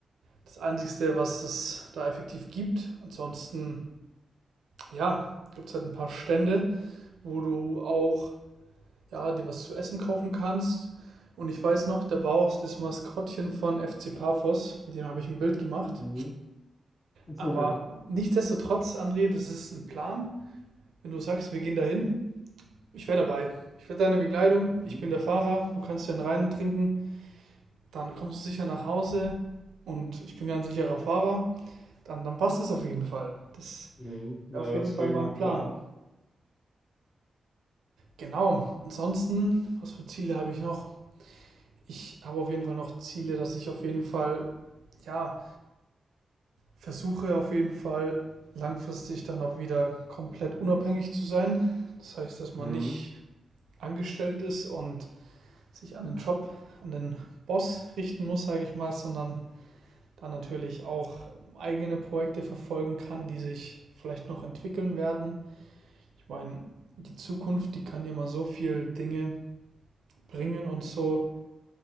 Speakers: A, on the right; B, on the left.
A: das Einzige, was es da effektiv gibt. Ansonsten, ja, gibt es halt ein paar Stände, wo du auch, ja, dir was zu essen kaufen kannst. Und ich weiß noch, da war auch das Maskottchen von FC Paphos, mit dem habe ich ein Bild gemacht.
B: Mhm. <laughs>
A: Aber nichtsdestotrotz, André, das ist ein Plan. Wenn du sagst, wir gehen dahin, ich wäre dabei. Ich werde deine Begleitung,
B: Mhm.
A: ich bin der Fahrer, du kannst dann rein trinken, dann kommst du sicher nach Hause und ich bin ganz sicherer Fahrer. Dann, dann passt es auf jeden Fall. Das
B: Mhm. Ja,
A: auf jeden
B: das
A: Fall
B: klingt
A: mal
B: nach
A: 'n
B: 'm
A: Plan.
B: Plan.
A: Genau, ansonsten, was für Ziele habe ich noch? Ich habe auf jeden Fall noch Ziele, dass ich auf jeden Fall, ja, versuche auf jeden Fall langfristig dann auch wieder komplett unabhängig zu sein. Das heißt, dass man
B: Mhm.
A: nicht angestellt ist und sich an den Job, an den Boss richten muss, sage ich mal, sondern dann natürlich auch eigene Projekte verfolgen kann, die sich vielleicht noch entwickeln werden. Ich meine, die Zukunft, die kann ja mal so viel Dinge bringen und so